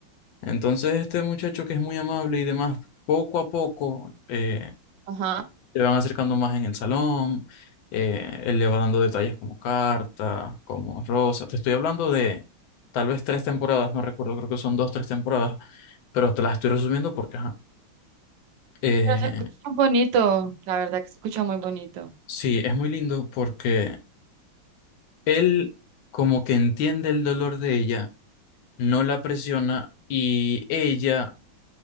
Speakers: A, on the left; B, on the right.
A: Entonces, este muchacho que es muy amable y demás, poco a poco eh,
B: ajá.
A: se van acercando más en el salón, eh, él le va dando detalles como carta, como rosa. Te estoy hablando de tal vez tres temporadas, no recuerdo, creo que son dos, tres temporadas, pero te las estoy resumiendo porque, ajá. Eh,
B: Pero se escucha muy bonito, la verdad que se escucha muy bonito.
A: sí, es muy lindo porque él como que entiende el dolor de ella, no la presiona y ella